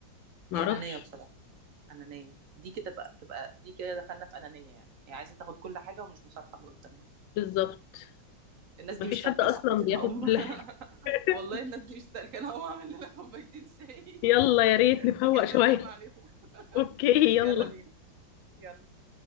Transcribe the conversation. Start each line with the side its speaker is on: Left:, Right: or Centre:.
Left: معرفش
Right: دي انانيه بصراحه انانيه دي كده بقى تبقى دي كده دخلنا في انانيه يعني هي عايزه تاخد كل حاجه ومش مصالحه اللي قدامها
Left: بالظبط
Right: الناس دي
Left: مفيش
Right: مش سالكه
Left: حد اصلا
Right: يا صاحبتي
Left: بياخد
Right: انا هقوم
Left: كل
Right: <laughs>
Left: حاجه <laughs>
Right: والله الناس دي مش سالكه انا هقوم اعمل لنا كوبايتين شاي
Left: يلا يا ريت
Right: <laughs>
Left: نفوق
Right: نكمل
Left: شويه
Right: لما عليهم
Left: اوكي
Right: <laughs>
Left: يلا
Right: يلا بينا يلا